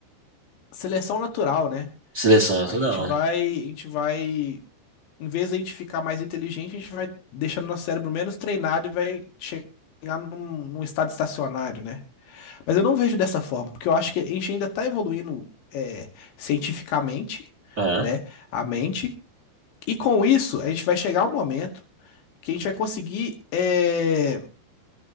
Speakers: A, on the left (about 80°); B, on the right (about 35°).
A: seleção natural, né?
B: Seleção natural.
A: A gente vai, a gente vai, em vez de a gente ficar mais inteligente, a gente vai deixando nosso cérebro menos treinado e vai chegar num, num estado estacionário, né? Mas eu não vejo dessa forma, porque eu acho que a gente ainda está evoluindo é, cientificamente,
B: Ah,
A: né, a mente, e com isso a gente vai chegar um momento que a gente vai conseguir é,